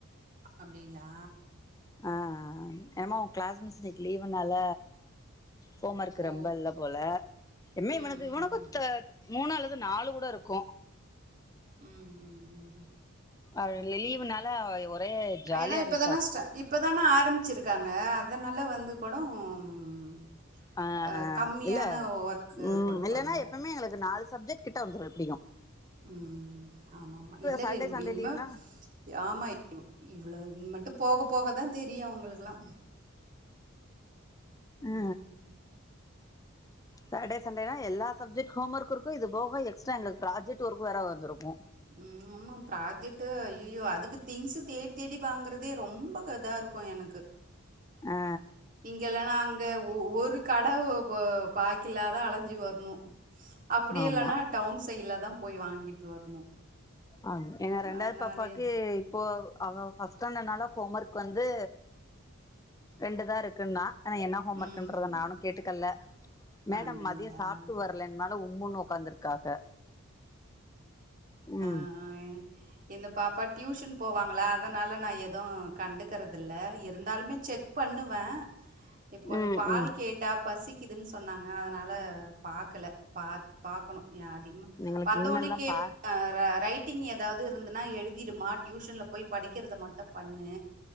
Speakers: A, on the right (about 40°); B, on the left (about 15°).
A: அப்டிங்ளா
B: ஆ ஆ எமோ அவ கிளாஸ் மிஸ் இன்னைக்கு லீவுனால ஹோம் ஒர்க்
A: ஓ!
B: ரொம்ப இல்ல போல இம்மே
A: ம்
B: இவனுக்கு
A: ம்
B: இவனுக்கு த மூனு அல்லது நாலு கூட இருக்கு
A: ம் ம் ம்
B: அவரு லீவு நாள் ல ஒரே ஜாலியா
A: ஏன்னா இப்பதானா
B: இருந்துச்சா
A: ஸ்டா இப்பதானே ஆரம்பிச்சிருக்காங்க அதனால வந்து கூட ம்
B: ஆ
A: அ
B: ஆ
A: கம்மியான
B: இல்ல
A: ஒர்க்கு
B: ம்
A: குடுப்பாங்கல்ல.
B: இல்லன்னா எப்பவுமே எங்களுக்கு நாலு சப்ஜெக்ட் கிட்ட வந்துடு எப்படியு
A: ம் ஆமாமா இல்லல்ல
B: சாட்டர்டே
A: இன்
B: சண்டே
A: இன்ம
B: லீவுனா
A: ஆமா இவ்வள விட்டு போக போகதா தெரியும் அவங்களுக்குல்லா ம்.
B: ஆ சாட்டடே சண்டேனா எல்லா சப்ஜெக்ட் ஹோம் ஒர்க்கும் இது போக எக்ஸ்ட்டா புராஜெக்ட் ஒர்க்கு வேற வந்திருக்கு
A: உம் ஆமா ப்ராஜெக்ட் ஐயயோ அதுக்கு திங்ஸ் தேடி தேடி வாங்குறதே ரொம்ப இதா இருக் கு எனக்கு
B: ஆ
A: இங்கல்லா நா ஒரு கட பா பாக்கிலாதா அலஞ்சி வரணும் அப்டி
B: ஆமா
A: இல்லன்னா டவுன் சைட்ல தா போய் வாங்கிட்டு வரணும்
B: ஆ ஏன் ரெண்டாவது
A: அதனாலயே
B: பாப்பாக்கே இப்போ அவ ஃபஸ்ட்டாண்டடுனால ஹோம் ஒர்க் வந்து ரெண்டு தா இருக்குன்னா ஆனா என்ன ஹோம்
A: ம்.
B: ஒர்க்ன்றத நானு கேட்டுக்கல மேடம்
A: அப்படிங்களா?
B: மதியம் சாப்பிட்டு வரலன்னா உம்முனு உக்காந்துருக்காக
A: ஆ அ
B: ம்
A: எங்க பாப்பா டியூஷன் போவாங்களா அதனலா நா எதும் கண்டுக்கறதில்ல இருந்தாலுமே செக் பண்ணுவே இப்போ கொஞ்சோ
B: ம்
A: பால்
B: ம்
A: கேக் ட்டா பசிக்குதுன்னு சொன்னாங்க அதனால பாக்கல பாத் பாக்கணும் எ அதிகம
B: எங்களுக்கு
A: வந்த
B: இனிமேல்
A: உடனே
B: தான்ப்பா
A: கேப் ர ரைட்டிங் ஏதாவது இருந்ததுன்னா எழுதிடுமா டியூஷனல்ல போய் படிக்கிறத மட்டும் பண்ணு